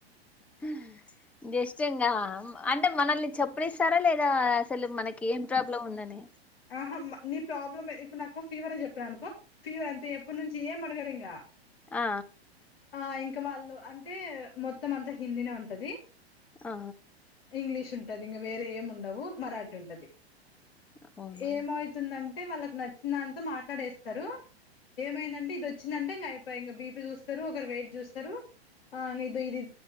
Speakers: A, in the centre; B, on the left.
A: హ్ జస్ట్ ఇంకా అంటే మనల్ని చెప్పనిస్తారా లేదా అసలు మనకి ఏం ప్రాబ్లం ఉందని
B: ఆహ నీ ప్రాబ్లమ్ ఇప్పుడు నాకు ఫీవర్ చెప్పాను అనుకో ఫీవర్ అంతే ఎప్పటి నుంచి ఏం అడగరు ఇంగ
A: ఆ
B: ఆ ఇంకా వాళ్ళు అంటే మొత్తం అంతా హిందీనే ఉంటాది
A: ఆ
B: ఇంగ్లీష్ ఉంటది ఇంగ వేరే ఏం ఉండవు మరాఠీ ఉంటాది
A: అవునా
B: ఏమై తుందంటే వాళ్ళకి నచ్చినంత మాట్లాడేస్తారు ఏమైందంటే ఇటు వచ్చిందంటే ఇంగ అయిపోయ ఇంకా బీపీ చూస్తరు ఒకరు వెయిట్ చూస్తరు ఆ ఇది ఇది